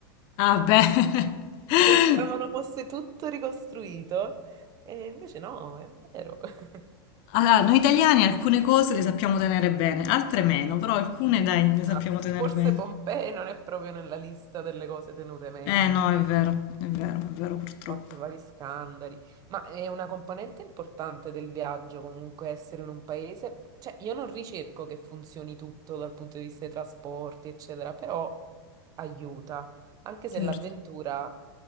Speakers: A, on the left; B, on the right.
A: Ah, beh. <laughs>
B: Pensavano fosse tutto ricostruito e invece no, è vero. <laughs>
A: Allora, noi italiani alcune cose le sappiamo tenere bene, altre meno, però alcune dai,
B: Esatto,
A: le sappiamo tenere
B: forse
A: bene.
B: Pompei non è proprio nella lista delle cose tenute meglio.
A: Eh no, è vero, è vero, è vero purtroppo.
B: Fatti vari scandali, ma è una componente importante del viaggio comunque essere in un paese, cioè io non ricerco che funzioni tutto dal punto di vista dei trasporti, eccetera, però aiuta, anche se
A: Certo,
B: l'avventura